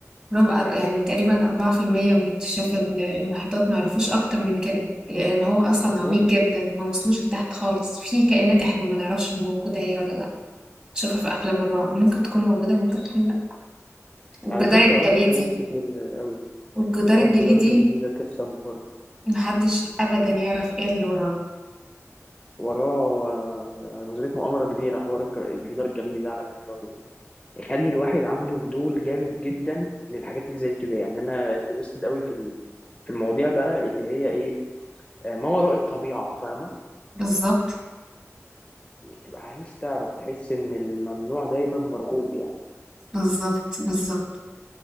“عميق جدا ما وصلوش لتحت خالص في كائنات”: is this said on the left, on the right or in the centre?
Right